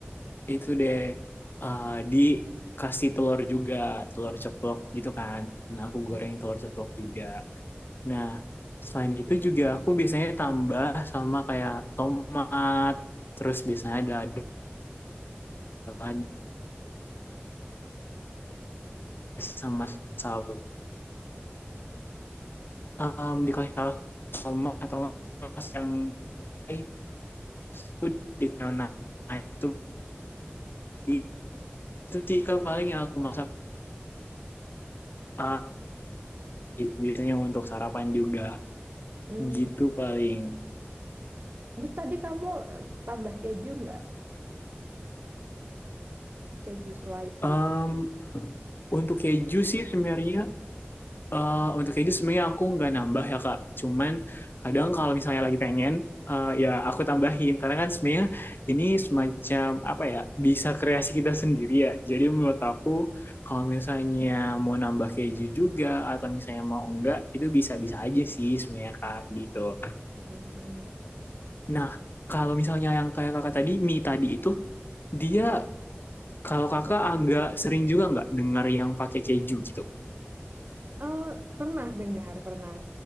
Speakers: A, on the left; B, on the right.
A: itu deh eh, dikasih telur juga, telur ceplok gitu kan. Nah, aku
B: Mm.
A: goreng telur ceplok juga. Nah, selain itu juga aku biasanya tambah sama kayak tomat, terus biasanya ada ada ada sama saus. Em, dikasih saus tomat atau nggak saus yang eh, itu di nah, itu di itu sih ke paling yang aku masak Ah, gitu biasanya untuk sarapan juga
B: Hmm.
A: gitu paling
B: Dik, tadi kamu eh, tambah keju nggak? Keju slice
A: Em,
B: gitu.
A: untuk keju sih sebenarnya Eh, untuk keju sebenarnya aku nggak nambah ya Kak. Cuman kadang kalau misalnya lagi pengen, eh, ya aku tambahin. Karena kan sebenarnya ini semacam apa ya, bisa kreasi kita sendiri ya. Jadi menurut aku kalau misalnya mau nambah keju juga atau misalnya mau enggak, itu bisa-bisa aja sih sebenarnya Kak gitu.
B: Mhm.
A: Nah, kalau misalnya yang kayak kakak tadi, mie tadi itu, dia kalau kakak agak sering juga nggak dengar yang pakai keju gitu?
B: Oh, pernah dengar, pernah.